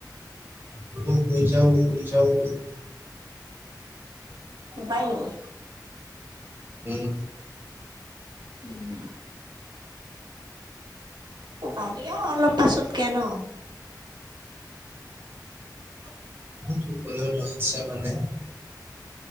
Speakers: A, on the right; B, on the right.
A: বোলো শুই যাওঁ শুই যাওঁ। <unintelligible>
B: শুৱাই নেকি।
A: উম।
B: উম। পাবি আও অলপ পাছতকে নহ। <unintelligible>
A: টোপনিও ধৰছে মানে।